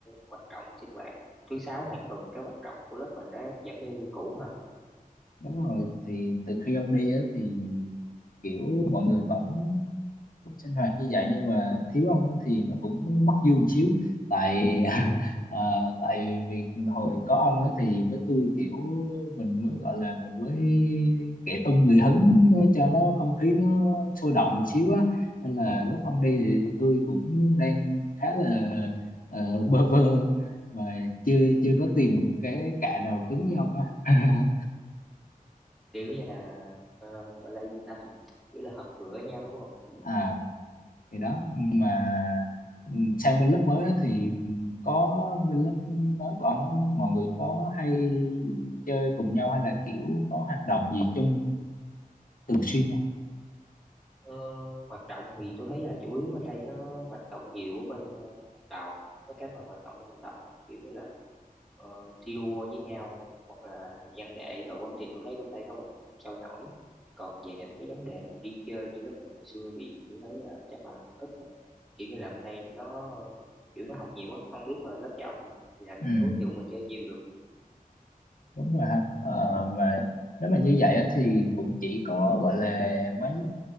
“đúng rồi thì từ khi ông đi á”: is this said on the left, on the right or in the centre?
Left